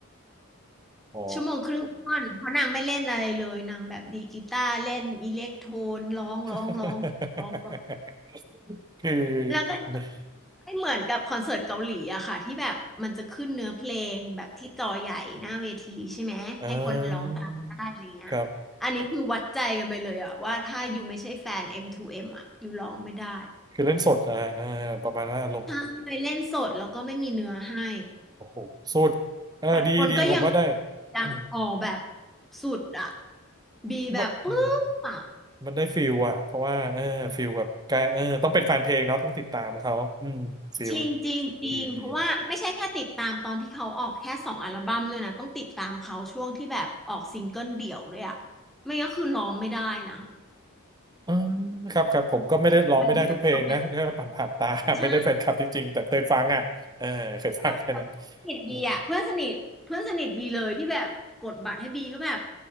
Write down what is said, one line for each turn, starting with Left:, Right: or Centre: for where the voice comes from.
Right: อ๋อ
Centre: ชั่วโมงครึ่งท่อนเพราะนางไม่เล่นอะไรเลยนางแบบดีดกีตาร์เล่นอิเล็กโทนร้องร้องร้องร้องร้อง
Right: <laughs> คือ
Centre: แล้วก็
Right: เนี่ย
Centre: ไม่เหมือนกับคอนเสิร์ตเกาหลีอะค่ะที่แบบมันจะขึ้นเนื้อเพลงแบบที่จอใหญ่หน้าเวทีใช่ไหมให้คนร้องตามได้อะไรเงี้ย
Right: อ่าครับ
Centre: อันนี้คือวัดใจกันไปเลยอะว่าถ้าอยู่ไม่ใช่แฟน M2M อมทูเอ็มอะอยู่ร้องไม่ได้
Right: คือเล่นสดนะอ่าประมาณว่าอารมณ์
Centre: ใช่เล่นสดแล้วก็ไม่มีเนื้อให้
Right: โอ้โหสุดเออดีดีผมว่าได้
Centre: แต่คนก็ยังยังออกแบบ
Right: อืม
Centre: สุดอ่ะบีแบบปึ๊บอ่ะ
Right: มันอืมมันได้ฟิลอ่ะเพราะว่าเออฟิลแบบกายเออต้องเป็นแฟนเพลงเนาะต้องติดตามเขาอืมฟิล
Centre: จริงจริงจริงเพราะว่าไม่ใช่แค่ติดตามตอนที่เขาออกแค่สองอัลบั้มเลยนะต้องติดตามเขาช่วงที่แบบออกซิงเกิลเดี่ยวด้วยอ่ะ
Right: ดีดี
Centre: ไม่งั้นคือร้องไม่ได้นะ
Right: อืมครับครับผมก็ไม่ได้ร้องไม่ได้ทุกเพลงนะก็ผ่านผ่านตา
Centre: มันยากตรงเนี้ย
Right: <laughs>
Centre: ใช่
Right: ไม่ได้แฟนคลับที่จริงแต่เคยฟังอ่ะเออเคยฟังแค่นั้น
Centre: เออแต่เพื่อนสนิทบีอ่ะเพื่อนสนิทเพื่อนสนิทบีเลยที่แบบกดบัตรให้บีก็แบบ
Right: อืม